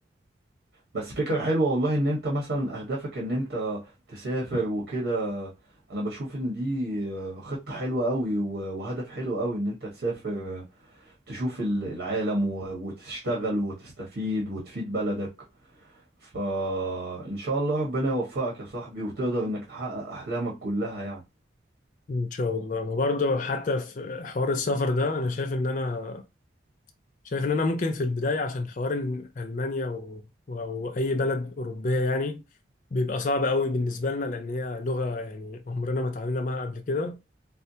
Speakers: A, on the right; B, on the left.
A: بس فكرة حلوة والله ان انت مثلا اهدافك ان انت تسافر وكده انا بشوف ان دي خطة حلوة قوي و- وهدف حلو قوي ان انت تسافر تشوف ال- العالم و- وتشتغل وتستفيد وتفيد بلدك فان شاء الله ربنا يوفقك يا صاحبي وتقدر انك تحقق احلامك كلها يعني
B: ان شاء الله انا برضو حتى في حوار السفر ده انا شايف ان انا شايف ان انا ممكن في البدايه عشان حوار إن المانيا و... و- او اي بلد اوروبيه يعني بيبقى صعب قوي بالنسبه لنا لان هي لغه يعني عمرنا ما اتعاملنا معاها قبل كده